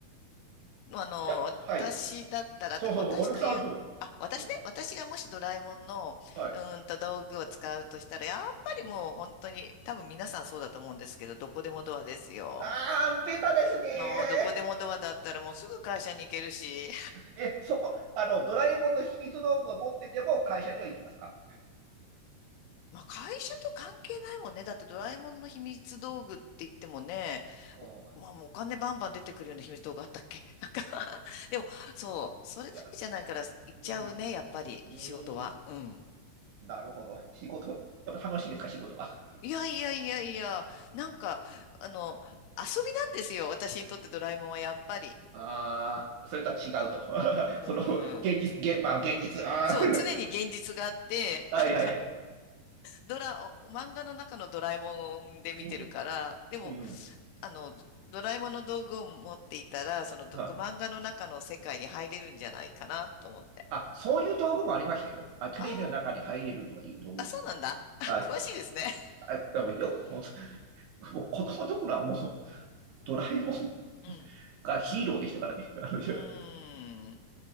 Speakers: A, on the left; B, on the right.
A: あの、
B: や、はい。
A: 私だったら、
B: そうそうそう、
A: とか、私という、
B: おぬくさんは今度、
A: あ、私ね、
B: うん
A: 私がもしドラえもんの、
B: はい。
A: うーんと道具を使うとしたら、やっぱりもう本当に、多分皆さんそうだと思うんですけど、どこでもドアですよ。
B: ああ、ベタですねー。
A: の、どこでもドアだったらもうすぐ会社に行けるし、
B: え、そこ、あの、ドラえもんの秘密道具を持ってても会社には行きますか
A: うん。まあ会社と関係ないもんね。だってドラえもんの秘密道具って言ってもね、
B: うん。
A: お、
B: い
A: まあもうお金バンバン出てくるような秘密道具あったっけ <laughs> なんか <laughs> でも、そう、それだけじゃないから行っちゃうね、
B: や、うん。う
A: やっぱり仕事は。
B: ーん、
A: うん。
B: なるほど。仕事、やっぱ楽しいですか、仕事は。
A: いやいやいやいや、なんか、あの、遊びなんですよ。私にとってドラえもんはやっぱり。
B: ああ、それとは違うと。<laughs>
A: う
B: その、現実、
A: ん。
B: 現、まあ、現実、あ
A: そう、常に現実があって、
B: あ、
A: <laughs> なんか、
B: <laughs> はいはい。
A: ドラ、お漫画の中のドラえもんで見てるから、
B: うん。
A: でも、
B: うんうん
A: あの、ドラえもんの道具を持っていたら、そのど漫画の中の世界に入れるんじゃないかなと思って。
B: はあ、そういう道具もありましたよ。あ、テレビの中に入れるとかいう道具も。
A: あーあ、そうなんだ。<laughs> あ詳しいですね。
B: あ、
A: <laughs>
B: あ、でもよ、もう、もう子供の頃はもう、ドラえもん
A: うん。
B: がヒーローでしたからね。<laughs> あの
A: うーん。